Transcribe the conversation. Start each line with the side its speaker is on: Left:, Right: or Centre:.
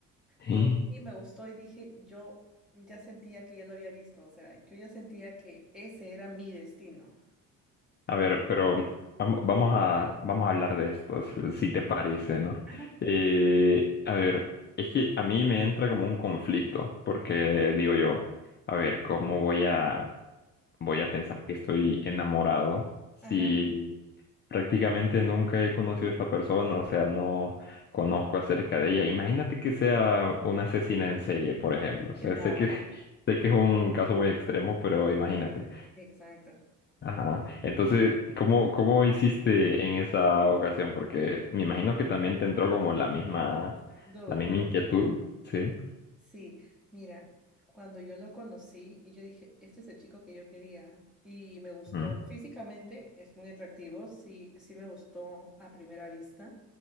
Left: <laughs>
Centre: Lo vi, me gustó y dije, yo ya sentía que ya lo había visto, o sea, yo ya sentía que ese era mi destino.
Left: A ver, pero vam- vamos a, vamos a hablar de estos, si si te parece, ¿no?
Centre: Ajá.
Left: Eh, a ver, es que a mí me entra como un conflicto, porque digo yo, a ver, ¿cómo voy a, voy a pensar que estoy enamorado si
Centre: Ajá,
Left: prácticamente nunca he conocido a esta persona? O sea, no conozco acerca de ella. Imagínate que sea una asesina en serie, por ejemplo. O
Centre: claro,
Left: sea, sé que, <laughs> sé que es un caso muy extremo, pero imagínate.
Centre: pero- exacto.
Left: Ajá. Entonces, ¿cómo, cómo hiciste en esa ocasión? Porque me imagino que también te entró como la misma,
Centre: Duda.
Left: la misma inquietud, ¿sí?
Centre: Sí, mira, cuando yo lo conocí, y yo dije, este es el chico que yo quería y me gustó
Left: Ujú.
Centre: físicamente, es muy atractivo, sí, sí me gustó a primera vista.